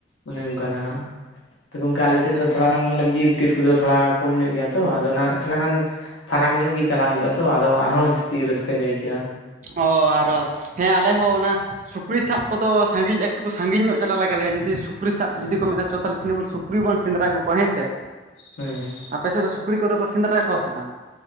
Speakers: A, on the left; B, on the right.
A: ᱚᱱᱮ ᱩᱝᱠᱟ ᱦᱟᱸᱜ ᱛᱚ ᱜᱚᱝᱠᱮ ᱟᱞᱮ ᱥᱮᱫ ᱫᱚ ᱛᱷᱚᱲᱟ ᱜᱟᱱ ᱢᱟᱱᱮ ᱵᱤᱨ ᱴᱤᱨ ᱠᱚᱫᱚ ᱛᱷᱚᱲᱟ ᱠᱚᱢ ᱧᱚᱜ ᱜᱮᱭᱟ ᱛᱚ ᱟᱫᱚ ᱚᱱᱟ ᱱᱟᱦᱟᱜ ᱛᱷᱚᱲᱟ ᱜᱟᱱ ᱯᱷᱟᱨᱟᱠ ᱧᱚᱜ ᱜᱤ ᱪᱟᱞᱟᱜ ᱦᱩᱭᱩᱜ-ᱟ ᱛᱚ ᱟᱫᱚ ᱟᱨᱦᱚᱸ ᱡᱟᱹᱥᱛᱤ ᱨᱟᱹᱥᱠᱟᱹ ᱧᱚᱜ ᱟᱹᱭᱠᱟᱹᱜ-ᱟ ᱾
B: ᱚ ᱟᱨᱚ ᱦᱮᱸ ᱟᱞᱮ ᱦᱚᱸ ᱚᱱᱟ ᱥᱩᱠᱨᱤ ᱥᱟᱵ ᱠᱚᱫᱚ ᱥᱟᱸᱜᱤᱧ ᱮᱠ ᱴᱩᱠᱩ ᱥᱟᱸᱜᱤᱧ ᱧᱚᱜ ᱪᱟᱞᱟ ᱞᱟᱜᱟ ᱟᱞᱮᱭᱟ ᱡᱩᱫᱤ ᱥᱩᱠᱨᱤ ᱥᱟᱵ ᱡᱩᱫᱤ ᱠᱚ ᱢᱮᱱᱟ ᱪᱚ ᱛᱟᱦᱞᱮ ᱵᱚᱱ ᱥᱩᱠ ᱥᱩᱠᱨᱤ ᱵᱚᱱ ᱥᱮᱸᱫᱽᱨᱟ ᱟᱹᱜᱩ ᱠᱚᱣᱟ ᱦᱮᱸᱥᱮ᱾
A: ᱦᱮᱸ
B: ᱟᱯᱮ ᱥᱮᱫ ᱫᱚ ᱥᱩᱠᱨᱤ ᱠᱚᱫᱚ ᱠᱚ ᱥᱮᱸᱫᱽᱨᱟ ᱠᱚᱣᱟ ᱥᱮ ᱵᱟᱝ?